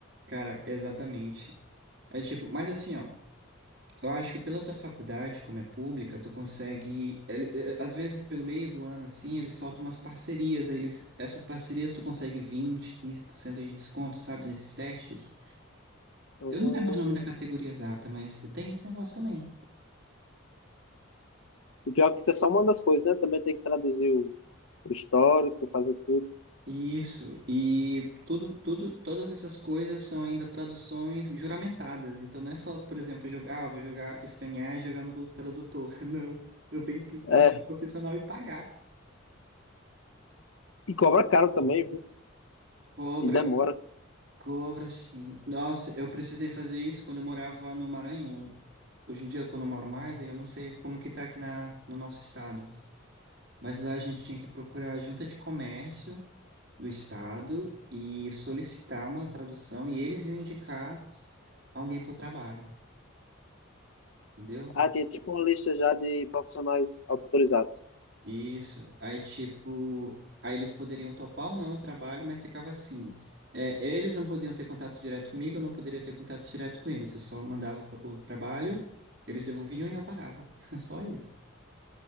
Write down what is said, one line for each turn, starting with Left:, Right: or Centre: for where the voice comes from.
Right: cara, exatamente. É tipo, mas assim, ó, eu acho que pela tua faculdade, como é pública, tu consegue. ele- é, às vezes, pelo meio do ano, assim, eles soltam umas parcerias, aí eles, essas parcerias tu consegue vinte, quinze por cento de desconto, sabe, nesses testes.
Left: Hum.
Right: Eu não lembro o nome da categoria exata, mas tem esse negócio também.
Left: E pior que isso é só uma das coisas, né? Também tem que traduzir o o histórico, fazer tudo.
Right: Isso, e tudo, tudo, todas essas coisas são ainda traduções juramentadas, então não é só, por exemplo, jogar, ah, vou jogar, escanear e jogar no Google Tradutor, <laughs> não, eu tenho que encontrar
Left: É,
Right: um profissional e pagar.
Left: e cobra caro também, viu?
Right: Cobra,
Left: E demora.
Right: cobra sim. Nossa, eu precisei fazer isso quando eu morava no Maranhão. Hoje em dia, quando eu moro mais, aí eu não sei como que tá aqui na, no nosso estado, mas lá a gente tinha que procurar a junta de comércio do estado e solicitar uma tradução e eles iam indicar alguém pro trabalho, entendeu?
Left: Ah, tem tipo uma lista já de profissionais autorizados.
Right: Isso. Aí, tipo, aí eles poderiam topar ou não o trabalho, mas ficava assim. É, eles não podiam ter contato direto comigo, eu não poderia ter contato direto com eles. Eu só mandava o o trabalho, eles devolviam e eu pagava. <laughs> Só isso.